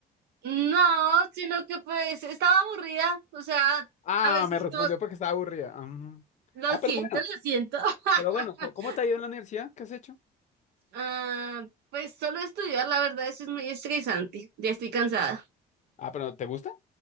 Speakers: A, on the right (about 75°); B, on the left (about 45°).
A: No, sino que pues estaba aburrida, o sea,
B: Ah,
A: a veces
B: me respondió
A: no,
B: porque estaba aburrida. Mm.
A: lo
B: Ah,
A: siento,
B: pero bueno,
A: lo siento. <laughs>
B: pero bueno, co- ¿cómo te ha ido en la universidad? ¿Qué has hecho?
A: Ah, pues solo estudiar, la verdad, eso es muy estresante, ya estoy cansada.
B: Ah, pero ¿te gusta?